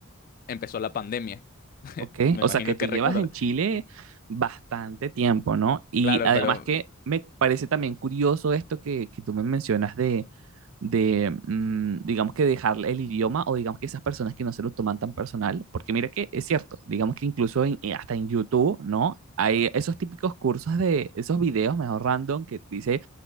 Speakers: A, on the left; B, on the right.
A: empezó la pandemia.
B: Ok,
A: Me
B: o
A: imagino
B: sea que tú
A: que
B: llevas
A: recuerda.
B: en Chile bastante tiempo, ¿no? Y
A: Claro,
B: además
A: pero
B: que me parece también curioso esto que, que tú me mencionas de, de mm, digamos que dejar el idioma o digamos que esas personas que no se lo toman tan personal, porque mira que es cierto, digamos que incluso en- eh, hasta en YouTube, ¿no? Hay esos típicos cursos de esos videos, mejor random, que dice